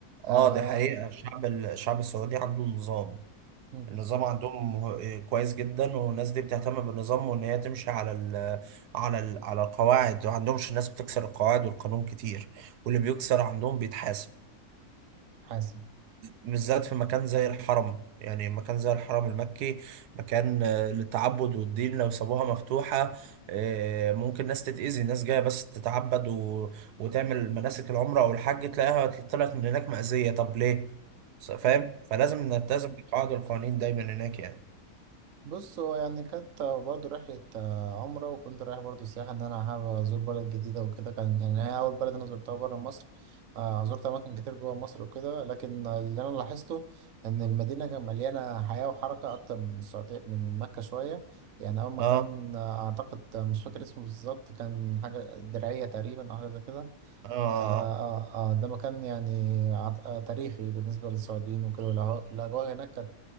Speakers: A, on the right; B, on the right.
A: اه
B: آه
A: دي حقيقة الشعب الشعب السعودي عنده نظام
B: مم،
A: النظام عندهم مه- كويس جدا والناس دي بتهتم بالنظام وان هي تمشي على ال على ال على القواعد وعندهمش الناس بتكسر القواعد والقانون كتير واللي بيكسر عندهم بيتحاسب
B: حاسب
A: بالذات في مكان زي الحرم يعني مكان زي الحرم المكي مكان آه، للتعبد والدين لو سابوها مفتوحة آه، ممكن ناس تتأذي ناس جاية بس تتعبد و... وتعمل مناسك العمرة أو الحج تلاقيها طلعت من هناك مأذية طب ليه؟ س- فاهم؟ فلازم نلتزم بالقواعد والقوانين دايما هناك يعني
B: بص هو يعني كانت برضه رحلة آه، عمرة وكنت رايح برضه سياحة إن أنا حابب أزور بلد جديدة وكده كان يعني هي أول بلد أنا زرتها برا مصر آه زرت أماكن كتير جوا مصر وكده لكن اللي أنا لاحظته إن المدينة كانت مليانة حياة وحركة أكتر من السعودية من مكة شوية يعني أول ما
A: اه
B: كان آه، أعتقد آه، مش فاكر اسمه بالظبط كان حاجة درعية تقريبا أو حاجة زي كده
A: اه اه
B: آه آه آه ده مكان يعني عط- آه تاريخي بالنسبة للسعوديين وكده والأه- الأجواء هناك كانت